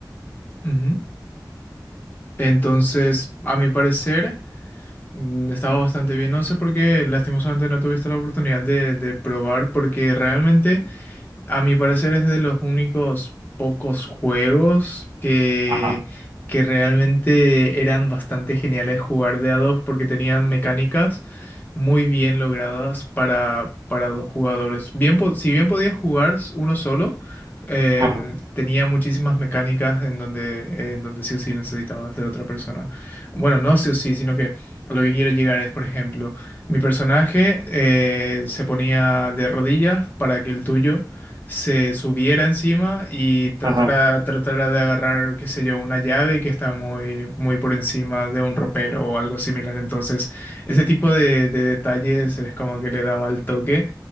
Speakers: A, on the left; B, on the right.
A: Ujú. Entonces, a mi parecer, mm, estaba bastante bien. No sé por qué, lastimosamente, no tuviste la oportunidad de, de probar, porque realmente, a mi parecer, es de los únicos pocos juegos que,
B: Ajá,
A: que realmente eran bastante geniales jugar de a dos, porque tenían mecánicas. muy bien logradas para, para dos jugadores. Bien, po- si bien podía jugar s- uno solo, em,
B: ajá,
A: tenía muchísimas mecánicas en donde, eh, en donde sí o sí necesitabas de otra persona. Bueno, no sí o sí, sino que a lo que quiero llegar es, por ejemplo, mi personaje eh, se ponía de rodillas para que el tuyo se subiera encima y tratara,
B: ajá,
A: tratara de agarrar, qué sé yo, una llave que está muy, muy por encima de un ropero o algo similar. Entonces, ese tipo de, de detalles es como que le daba el toque.